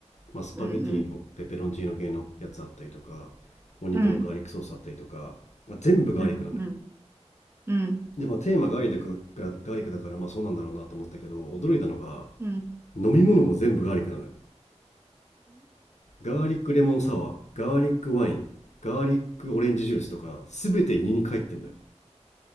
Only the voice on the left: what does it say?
まあ、スパゲティのペペロンチーノ系のやつあったりとか
お肉のガーリックソースあったりとか、
まあ、全部ガーリックなのよ
でまあテーマガーリックだからガーリックだからまあそうなんだろうなと思ったけど驚いたのが
飲み物も全部ガーリックなのよガーリックレモンサワーガーリックワインガーリックオレンジジュースとか全て2に入ってんのよ